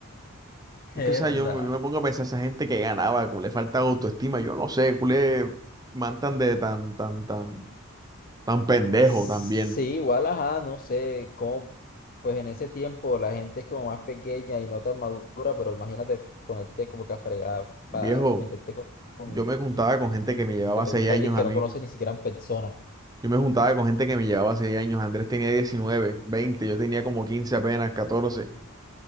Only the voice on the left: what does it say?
Herda.
Sí,
igual, ajá, no sé cómo, pues en ese tiempo la gente es como más pequeña y no tan madura, pero imagínate ponerte como que a fregar
para meterte con, con-
y-
te-
porque te
gusta
alguien que
no
conoce ni siquiera en persona.